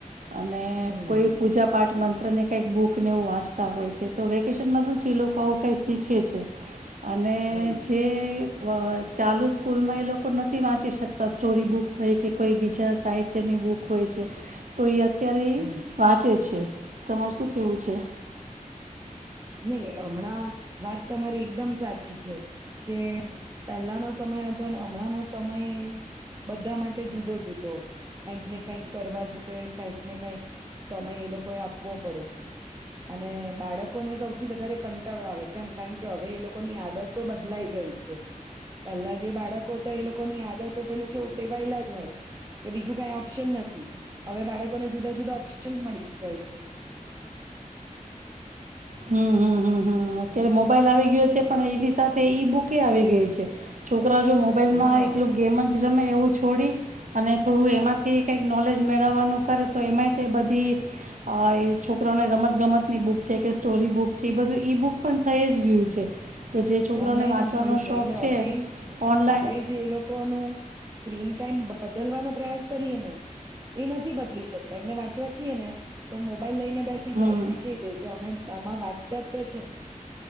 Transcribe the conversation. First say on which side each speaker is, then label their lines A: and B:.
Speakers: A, on the right; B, on the right.
A: અને
B: હમ
A: કોઈ
B: હમ
A: પૂજા પાઠમાં અને કંઈક બુક ને એવું વાંચતા હોય છે, તો વેકેશનમાં શું છે એલોકો આવું કઈ શીખે છે. અને
B: હમ
A: જે અહ ચાલુ સ્કૂલમાં એ લોકો નથી વાંચી શકતા સ્ટોરી બુક હોય કે કોઈ બીજા સાહિત્યની બુક હોય છે, તો એ અત્ અત્યારે એ
B: હમ
A: વાંચે છે. તમારે શું કેહવું છે?
B: નઈ હમણાં વાત તમારી એકદમ સાચી છે કે પહેલાનો સમય હતો અને અમણાંનો સમય બધા માટે જુદો જુદો કાંઈક ને કાંઈક કરવા જોઈએ, કાંઈક ને કાંઈક સમય એ લોકોએ આપવો પડે અને બાળક કોને સૌથી વધારે કંટાળો આવે કેમ કારણ કે હવે એ લોકોની આદતો તો બદલાઈ ગઈ છે, પેલ્લા જે બાળકો હતા એ લોકોની આદતો પેલુ કેવુ ટેવાયેલા જ હોય કે બીજું કઈ ઓપ્શન નથી, હવે બાળકોને જુદા જુદા ઓપ્શનસ મળી જાય છે.
A: હં, હં, હં, હં, હમ્મ, અત્યારે મોબાઈલ આવી ગયો છે પણ એની સાથે ઈ બુકે આવી ગઈ છે, છો કરા જો મોબાઈલમાં
B: હા
A: એકલુ ગેમ જ રમે એવું છોડી અને થોડું એમાંથી કંઈક નોલેજ મેળવવાનું કરે તો એમાંય તે બધી અ એ છોકરાને રમતગમતની બુક છે કે સ્ટોરી બુક છે, ઈ બધું ઈ બુક પણ થઈ જ ગયું છે. તો જે છોકરાઓને
B: ઓનલાઈન
A: વાંચવાનો
B: જ મળી
A: શોખ
B: જાય એટલે
A: છે
B: અગેન
A: ઓનલાઈન
B: આપણેે જે એ લોકોનું સ્ક્રીન ટાઈમ બદલવાનો પ્રયાસ કરીએ ને એ નથી બદલી શકતા, એમને વાંચવા કીએ ને તો મોબ બાઈલ લઈને બેસી
A: હમ
B: જાય અને કેય દે કે અમે આમાં વાંચતા જ તો છે.